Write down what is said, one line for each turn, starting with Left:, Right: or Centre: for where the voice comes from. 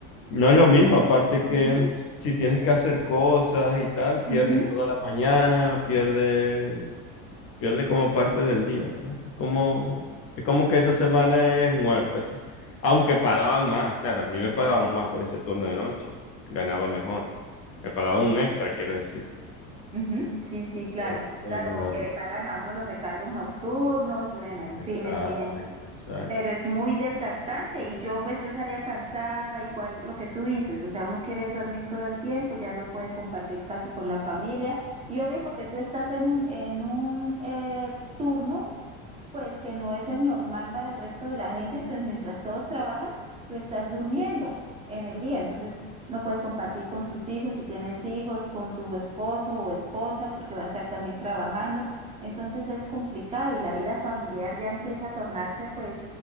Left: No es lo mismo, aparte que
Right: Ujú,
Left: si tienes que hacer cosas y tal, pierdes
Right: ujú,
Left: toda la mañana, pierdes, pierde como parte del día, pues. Es como, es como que esa semana es muerta, así. Aunque pagaban más, claro, a mí me pagaban más por ese turno de noche, ganaba mejor. Me pagaban
Right: ujú,
Left: un extra, quiero decir.
Right: ujú. Sí, sí, claro.
Left: Pero, pero,
Right: Claro, porque le pagan a uno los recargos nocturnos. Bueno, en
Left: exacto,
Right: fin, en fin, en fin.
Left: exacto.
Right: pero es muy desgastante y yo pues yo salía cansada, igual lo que tú dices, o sea, uno quiere es dormir todo el tiempo, ya no puede compartir casi con la familia y obvio porque tú estás en un, en un eh, turno pues que no es el normal para el resto de la gente, entonces mientras todos trabajan, tú estás durmiendo en el día, entonces no puedes compartir con tus hijos, si tienes hijos, con tu esposo o esposa porque va a estar también trabajando, entonces es complicado y la vida familiar ya empieza a tornarse pues